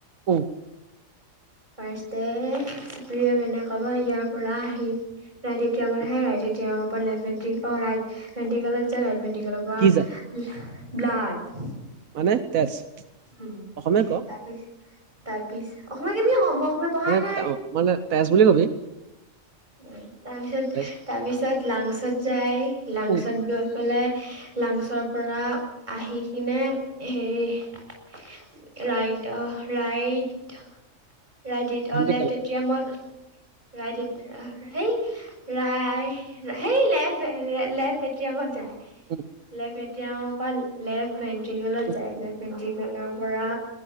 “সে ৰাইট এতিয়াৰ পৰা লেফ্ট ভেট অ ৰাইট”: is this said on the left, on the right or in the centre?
Right